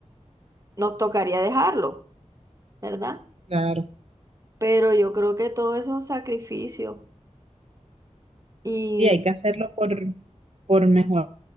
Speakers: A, on the right (about 25°); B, on the right (about 55°).
A: nos tocaría dejarlo, ¿verdad?
B: claro.
A: Pero yo creo que todo eso es sacrificio y
B: Sí, hay que hacerlo por, por mejor.